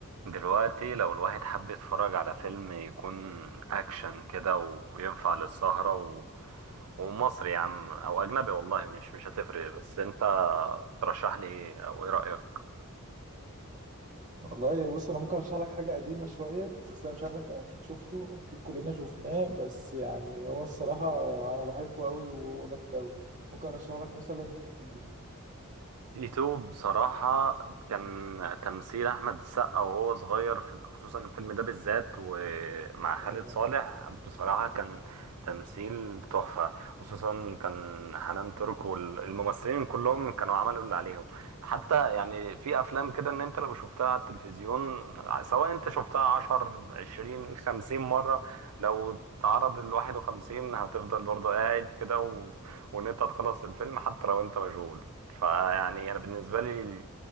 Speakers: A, on the right; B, on the right.
A: دلوقتي لو الواحد حب يتفرج على فيلم يكون اكشن كده وينفع للسهرة و... ومصري يا عم او اجنبي والله مش مش هتفرق بس انت ترشح لي ايه او ايه رأيك
B: والله بص انا ممكن ارشح لك حاجه قديمه شويه بس انا مش عارف انت اكيد شفته اكيد كلنا شفناه بس يعني هو الصراحه انا بحبه قوي وهو جامد قوي ممكن ارشح لك مثلا تيتو
A: ايتو بصراحة كان تمثيل أحمد السقا وهو صغير في خصوصا الفيلم ده بالذات ومع خالد
B: آه.
A: صالح بصراحة كان تمثيل تحفة خصوصا كان حنان ترك والممثلين كلهم كانوا عملوا اللي عليهم حتى يعني في أفلام كده إن أنت لو شفتها على التلفزيون سواء أنت شفتها عشر عشرين خمسين مرة لو تعرض الواحد وخمسين هتفضل برضه قاعد كده و... وإن أنت تخلص الفيلم حتى لو أنت مشغول فيعني انا بالنسبه لي ال-